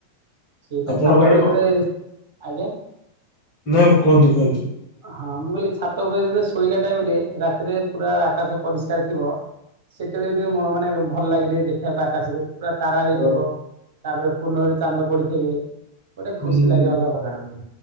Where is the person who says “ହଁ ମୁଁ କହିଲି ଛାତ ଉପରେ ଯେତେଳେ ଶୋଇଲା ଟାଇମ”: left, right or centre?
Right